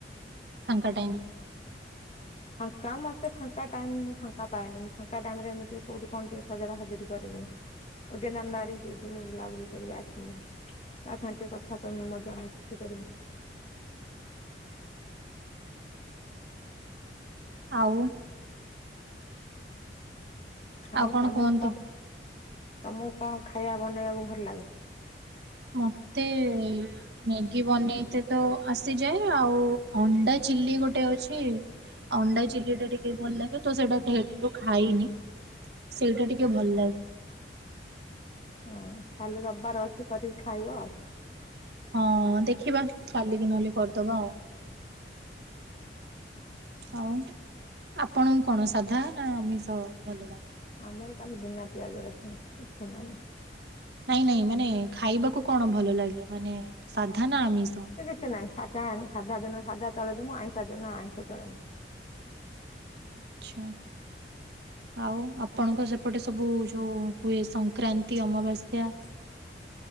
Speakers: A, on the right (about 65°); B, on the left (about 35°).
A: ଫାଙ୍କା ଟାଇମ୍?
B: ଫାଙ୍କା ମତେ ଫାଙ୍କା ଟାଇମ୍ ମୁଁ ଫାଙ୍କାପାଏନି ମୁ ଫାଙ୍କା ଟାଇମ୍ ରେ ଏମିତି କୋଉଠି କଣ ଟିକେ ସଜଢ଼ା ସଜଢ଼ି କରେ କୋଉଟିକେ ଦାଣ୍ଡା ଆଢିକି ଟିକେ ଜିମି ବୁଲାବୁଲି କରିକି ଆସିମି। କାସାଙ୍ଗରେ ଟିକେ କଥା କଇମି ମଜାମସ୍ତି କରିମି।
A: ଆଉ।
B: ଆଉ
A: କଣ
B: ତମକୁ
A: କୁହନ୍ତୁ?
B: କ ତମକୁ କଣ ଖାଇବା ବନେଇବାକୁ ଭଲ ଲାଗେ?
A: ମତେ ମ୍ୟାଗି ବନେଇତେତ ଆସିଯାଏ ଆଉ ଅଣ୍ଡା ଚିଲି ଗୋଟେ ଅଛି ଆଉ ଅଣ୍ଡା ଚିଲିଟା ଟିକେ ଭଲ ଲାଗେ ତ ସେଇଟା ଢେରେଦନ୍ଲ୍ ଖାଇନି ସେଇଟା ଟିକେ ଭଲ ଲାଗେ।
B: ହଁ କାଲି ରବିବାର ଅଛି କରିକି ଖାଇବ ଆଉ?
A: ହଁ ଦେଖିବା କାଲିିକି ନହେଲେ କରିଦବା ଆଉ। ଆଉ ଆପଣଙ୍କୁ କଣ ସାଧା ନା ଆମିଷ ଭଲ ଲାଗେ?
B: ଆମର କାଲି ବିନା ପିଆଜ ରସୁଣ ଶୁଣାନି।
A: ନାଇଁ ନାଇଁ ମାନେ ଖାଇବାକୁ କଣ ଭଲ ଲାଗେ ମାନେ ସାଧା ନା ଆମିଷ?
B: ସେମିତି ନାଇଁ ସାଧା ସାଧା ଦିନ ସାଧା ଚଳେଇଦମୁ ଆଇଁଷ ଦିନ ଆଇଁଷ ଚଳେଇମୁ।
A: ଆଚ୍ଛା। ଆଉ ଆପଣଙ୍କ ସେପଟେ ସବୁ ଯୋଉ ହୁଏ ସଂକ୍ରାନ୍ତି ଅମାବାସ୍ୟା
B: <inaudible>